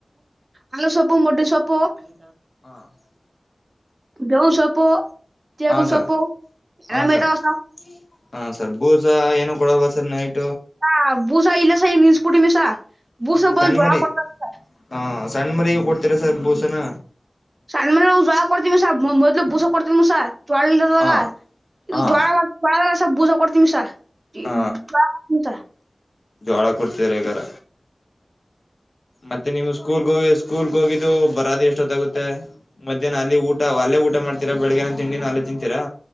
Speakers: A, on the right; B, on the left.
A: ಹಲ ಸೊಪ್ಪು ಮೊಡ್ಡಿ ಸೊಪ್ಪು <unintelligible>
B: ಹಾ
A: ಬೇವುನ್ ಸೊಪ್ಪು ತೇಗನ್
B: ಹಾ ಸರ್
A: ಸೊಪ್ಪು ಎಲ್ಲ
B: ಹಾ
A: ಮೇಯ್ತಾವ
B: ಸರ್ ಹ ಸರ್ ಬೂಸ ಕೊಡಲ್ವಾ ಸರ್ ನೈಟ್
A: ಹ ಬೂಸ ಇಲ್ಲಸ ನಿಲ್ಸಿಬಿಟಿವಿ ಸ ಬೂಸ
B: ಹ್ಮ್
A: ಬದ್ಲು
B: ಸಣ್ಣ
A: ಜ್ವಳ
B: ಮರಿ
A: ಕಾಟವಿ ಸ
B: ಹ ಸಣ್ಣ ಮರಿಗೂ ಕೊಡ್ತೀರಾ ಸರ್ ಬೋಸನ
A: ಸಣ್ಣಮರಿಗು ಜೋಳ ಕೊಡ್ತೀವಿ ಸ ಮೊದಲು ಬೂಸ ಕೊಡ್ತಿದ್ದೀಮು ಸ ಜ್ವಳ ಇಲ್ದಿದಾಗ
B: ಹ
A: ಇದು
B: ಹ
A: ಜ್ವಳ ಜಳ ಎ ಬೂಸ ಕೊಟ್ಟ ತಿಂ ಸ <unintelligible>
B: ಹ ಜೋಳ ಕೊಡ್ತಾರೆ ಅಗರ ಮತ್ತೆ ನಿವು್ ಸ್ಕೂಲ್ಗ ಹೋಗಿ ಸ್ಕೂಲ್ ಹೋಗಿದ್ದು ಬರದ ಎಷ್ಟೊತ್ತಾಗುತ್ತೆ ಮಧ್ಯಾಹ್ನ ಅಲ್ಲಿ ಊಟ ಅಲ್ಲೇ ಊಟ ಮಾಡ್ತೀರಾ ಬೆಳಗ್ನ ತಿಂಡಿ ಅಲ್ಲೇ ತಿಂತೀರಾ